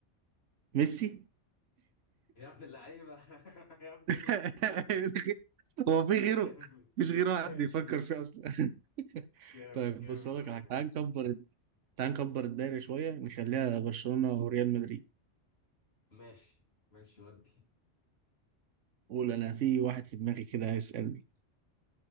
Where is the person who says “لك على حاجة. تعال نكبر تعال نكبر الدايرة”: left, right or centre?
Right